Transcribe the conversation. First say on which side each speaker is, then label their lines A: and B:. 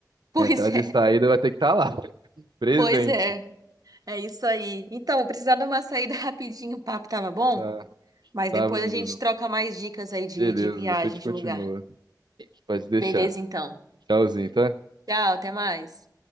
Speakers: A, on the right; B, on the right.
A: Pois
B: entrada
A: é,
B: e saída, vai ter que estar lá, <laughs> presente.
A: pois é. É isso aí. Então, vou precisar dar uma saída <laughs> rapidinho, o papo tava bom,
B: Tá,
A: mas
B: tava
A: depois a
B: mesmo.
A: gente troca mais dicas aí de,
B: Beleza,
A: de viagem,
B: depois a gente
A: de
B: continua.
A: lugar.
B: Pode deixar.
A: Beleza, então.
B: Tchauzinho, tá?
A: Tchau, até mais.